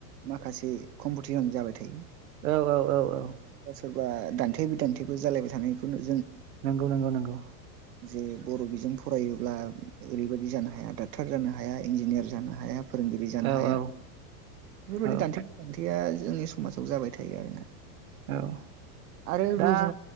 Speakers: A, on the right (about 80°); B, on the right (about 60°).
A: माखासे कम्पटिसन जाबाय थायो।
B: औ औ औ औ
A: सोरबा दान्थे बिदान्थेबो जालायबाय थानायखौ नु
B: नंगौ नंगौ नंगौ
A: जे बर' बिजों फरायोब्ला ओरैबायदि जानो हाया डाक्टार जानो हाया इन्जिनियार जानो हाया- फोरोंगिरि जानो
B: औ
A: हाया,
B: औ
A: बेफोरबायदि
B: औ
A: दान्थे <unintelligible> या जोंनि समाजाव जाबाय थायो आरोना।
B: औ
A: आरो
B: दा
A: रुजु